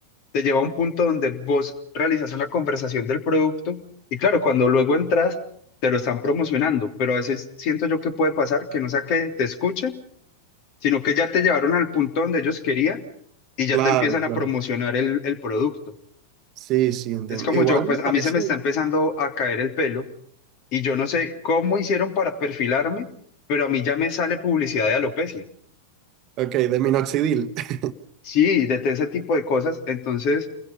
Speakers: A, on the left; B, on the right.
A: te lleva a un punto donde vos realizas una conversación del producto y claro, cuando luego entras, te lo están promocionando, pero a veces siento yo que puede pasar que no sea que te escuchen sino que ya te llevaron al punto donde ellos querían y ya
B: Claro,
A: te empiezan
B: claro.
A: a promocionar el, el producto.
B: Sí, sí, entiendo.
A: Es como
B: Igual
A: yo, pues
B: me
A: a
B: parece.
A: mí se me está empezando a caer el pelo y yo no sé cómo hicieron para perfilarme, pero a mí ya me sale publicidad de alopecia.
B: Ok, de minoxidil. <laughs>
A: Sí, de de ese tipo de cosas. Entonces,